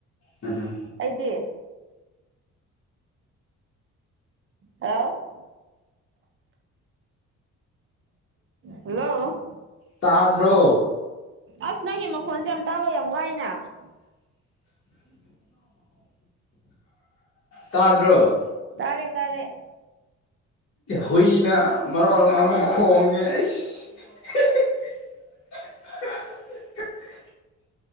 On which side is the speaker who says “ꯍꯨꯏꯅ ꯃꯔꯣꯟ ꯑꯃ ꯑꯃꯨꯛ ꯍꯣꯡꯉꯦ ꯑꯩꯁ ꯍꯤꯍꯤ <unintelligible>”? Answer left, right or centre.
Left